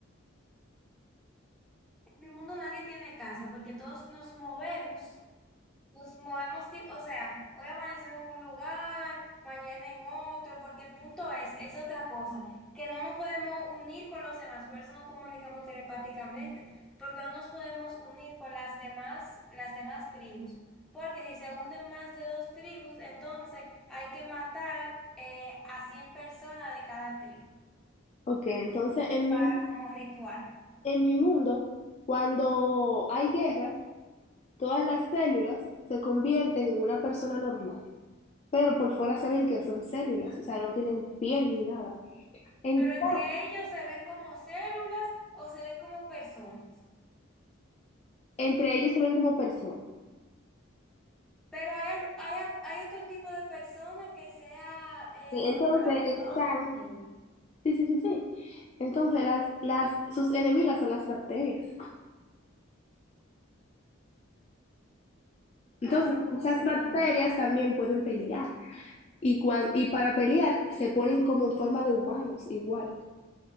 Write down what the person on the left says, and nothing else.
Ok, entonces en
mi,
en mi mundo, cuando hay guerras, todas las células se convierten en una persona normal, pero por fuera se ven que son células, o sea, no tienen piel ni nada. Ento-
entre ellos se ven como personas.
Y
Entonces están,
sí, sí, sí, sí. Entonces las, las, sus enemigas son las bacterias. Entonces,
esas
bacterias
también pueden pelear y, cuan- y para pelear se ponen como en forma de humanos igual,